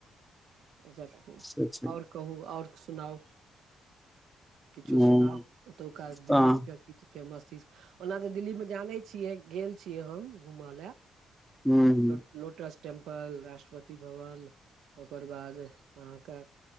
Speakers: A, on the right; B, in the centre.
A: <inaudible>
B: से छै
A: आओर कहू आओर सुनाउ किछो
B: ह
A: सुनाउ ओतुका दिल्ली
B: तऽ
A: के किछ फेमस चीज ओना तऽ दिल्लीमे जानै छियै गेल छियै। हम घूमऽ ले
B: हुॅं हुॅं
A: लोटस टेम्पल राष्ट्रपति भवन ओकर बाद अहाँके